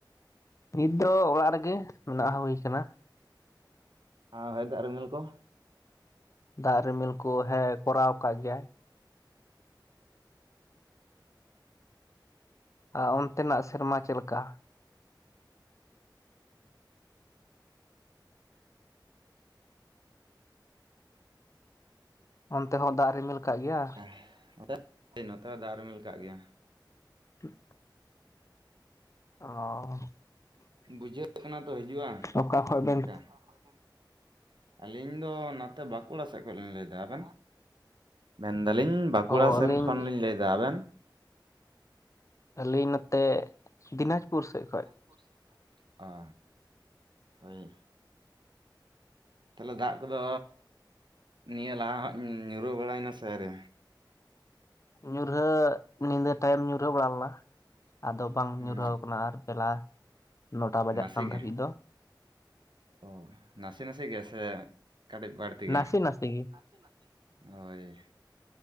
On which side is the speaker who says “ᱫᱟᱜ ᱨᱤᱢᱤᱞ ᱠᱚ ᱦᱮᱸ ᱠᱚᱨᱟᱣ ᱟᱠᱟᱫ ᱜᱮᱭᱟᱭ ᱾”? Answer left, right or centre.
Left